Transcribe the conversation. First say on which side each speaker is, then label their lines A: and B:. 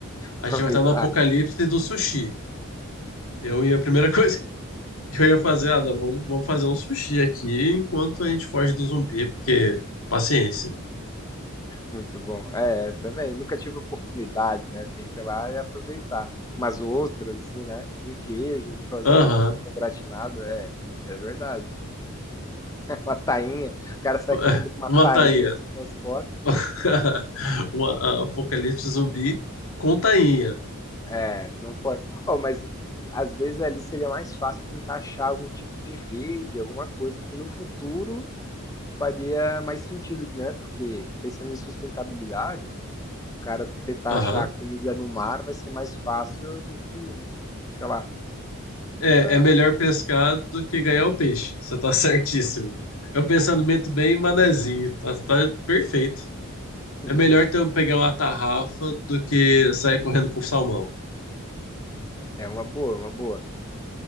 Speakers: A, on the left; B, on the left.
A: a
B: aproveitar,
A: gente vai estar no apocalipse
B: né?
A: do sushi. Eu ia, a primeira <laughs> coisa Eu ia fazer, Adam, vamos, vamos fazer um sushi aqui enquanto a gente foge do zumbi, porque paciência.
B: Muito bom. É, também. Nunca tive oportunidade, né? Tem que ir lá e aproveitar. Umas ostras, assim, né? Um queijo, fazer
A: Aham.
B: uma ostra gratinada, é, é verdade. <laughs> Uma tainha. O cara sai
A: <laughs>
B: correndo com uma
A: Uma
B: tainha
A: tainha.
B: assim nas costas.
A: <laughs> Uma, a- apocalipse zumbi com tainha.
B: É, não pode. Oh, mas às vezes ali seria mais fácil tentar achar algum tipo de rede, alguma coisa que no futuro faria mais sentido, né? Porque pensando em sustentabilidade, o cara tentar
A: Aham.
B: achar comida no mar vai ser mais fácil do que, sei lá.
A: É,
B: É,
A: é melhor pescar do que ganhar o peixe. Você tá <laughs> certíssimo. É um pensamento bem manezinho. Tá, tá perfeito.
B: <laughs>
A: É melhor então pegar uma tarrafa do que sair correndo com salmão.
B: é uma boa, uma boa.